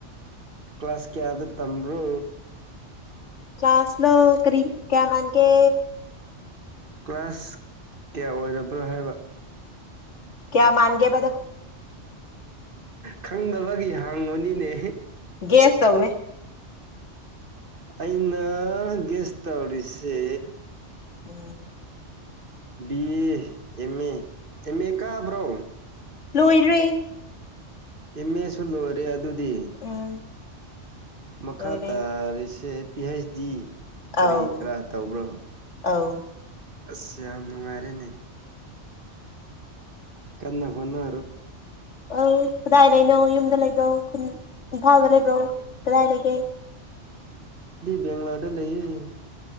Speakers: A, on the right; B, on the left.
A: ꯀ꯭ꯂꯥꯁ ꯀꯌꯥꯗ ꯇꯝꯕ꯭ꯔꯣ
B: ꯆꯥꯁꯂ ꯀꯔꯤ ꯀꯌꯥꯃꯥꯟꯒꯦ
A: ꯀ꯭ꯂꯥꯁ ꯀꯌꯥ ꯑꯣꯏꯔꯕ꯭ꯔꯥ ꯍꯥꯏꯕ
B: ꯀꯌꯥ ꯃꯥꯥꯡꯒꯦꯕꯗ
A: ꯈꯪꯗꯕꯒꯤ ꯍꯥꯡꯉꯨꯅꯤꯅꯦ
B: ꯒꯦꯁ ꯇꯧꯅꯦ
A: ꯑꯏꯩꯅ ꯦꯁ ꯇꯧꯔꯤꯁꯦ
B: ꯎꯝ
A: B A M A M A ꯀꯥꯕ꯭ꯔꯣ
B: ꯂꯣꯏꯔꯦ
A: ꯏꯃꯦ ꯁꯜꯣ ꯑꯣꯏꯔꯦ ꯑꯗꯨ ꯑꯗꯨꯗꯤ
B: ꯎꯝ
A: ꯃꯈꯥ
B: ꯂꯣꯏꯔꯦ
A: ꯇꯥꯔꯤꯁꯦ ꯄꯤ ꯍꯩꯆ ꯗꯤ ꯀꯔꯤ
B: ꯑꯧ
A: ꯀꯔ ꯇꯧꯕ꯭ꯔꯣ
B: ꯑꯧ
A: ꯑꯁ ꯌꯥꯝ ꯅꯨꯡꯉꯥꯏꯔꯦꯅꯦ ꯀꯥꯟꯅ ꯐꯅ
B: ꯑ ꯀꯗꯥꯏ ꯂꯩꯅꯣ ꯌꯨꯝꯗ ꯂꯩꯕ꯭ꯔꯣ ꯈꯨ ꯏꯝꯐꯥꯜꯗ ꯂꯩꯕ꯭ꯔꯣ ꯥꯏ ꯂꯩꯒꯦ
A: ꯕꯒ꯭ꯂꯣꯔꯗ ꯂꯩ